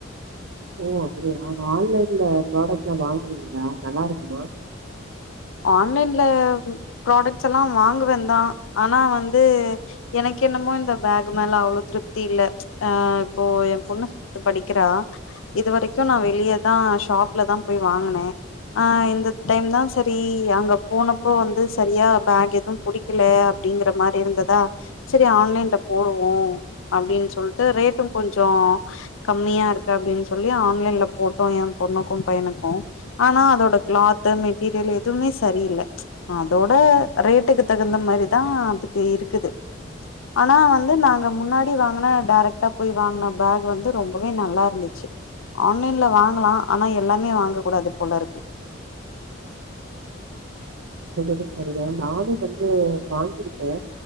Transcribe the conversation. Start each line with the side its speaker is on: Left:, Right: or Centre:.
Right: ஓ அப்பிடியா ஆன்லைன்ல ப்ராடக்ட் எல்லா வாங்குவீங்களா நல்லா இருக்குமா?
Left: ஆன்லைன்ல ம் ப்ராடக்ட்ஸ் எல்லா வாங்குவந்தா ஆனா வந்து எனக்கு என்னமோ இந்த பேக் மேல அவ்ளோ திருப்தி இல்ல. ஆ இப்போ ஏன் பொண்ணு ஃபிப்த் படிக்கிறா. இது வரைக்கு நா வெளியதா ஷாப்லதா போய் வாங்குனே. ஆ இந்த டைம்தா செ ரி அங்க போனப்போ வந்து சரியா பேக் எதும் புடிக்கல அப்டிங்கற மாரி இருந்துதா சரி ஆன்லைன்ல போடுவோ அப்டின்னு சொல்ட்டு ரேட்டு கொஞ்சோ கம்மியா இருக்கு அப்டின்னு சொல்லி ஆன்லைன்ல போட்டோ ஏன் பொண்ணுக்கு பையனுக்கு ஆனா அதோட கிளாத்து மெட்டீரியலு எதுமே சரியில்ல. அதோட ரேட்டுக்கு தகுந்த மாரிதா அதுக்கு இருக்குது. ஆனா வந்து நாங்க முன்னாடி வாங்குன டேரக்ட்டா போய் வாங்குன பேக் வந்து ரொம்பவே நல்லா இருந்துச்சு. ஆன்லைன்ல வாங்கலா ஆனா எல்லாமே வாங்க கூடாது போல இருக்கு.
Right: அதுவு சரிதா நானு வந்து வாங்கிருக்கே